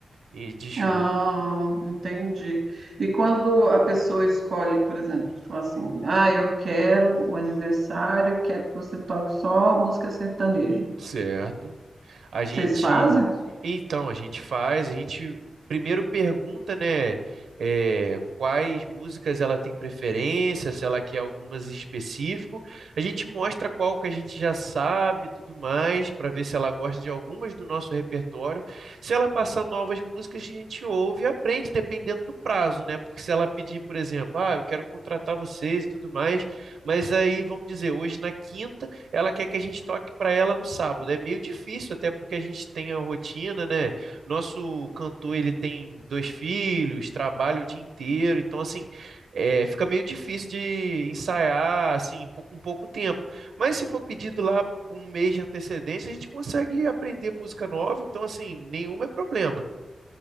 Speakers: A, on the right; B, on the right.
A: E De show.
B: Ah, entendi. E quando a pessoa escolhe, por exemplo, tipo assim, ah, eu quero o aniversário, eu quero que você toque só música sertaneja.
A: Certo. A gente,
B: Vocês fazem?
A: então, a gente faz, a gente primeiro pergunta, né, é, quais músicas ela tem preferência, se ela quer algumas em específico. A gente mostra qual que a gente já sabe, e tudo mais, para ver se ela gosta de algumas do nosso repertório. Se ela passar novas músicas, a gente ouve e aprende dependendo do prazo, né? Porque se ela pedir, por exemplo, ah, eu quero contratar vocês e tudo mais, mas aí vamos dizer, hoje na quinta ela quer que a gente toque para ela no sábado. É meio difícil, até porque a gente tem a rotina, né? Nosso cantor, ele tem dois filhos, trabalha o dia inteiro, então assim, é, fica meio difícil de ensaiar assim pou- com pouco tempo. Mas se for pedido lá com um mês de antecedência, a gente consegue aprender música nova, então assim, nenhum é problema.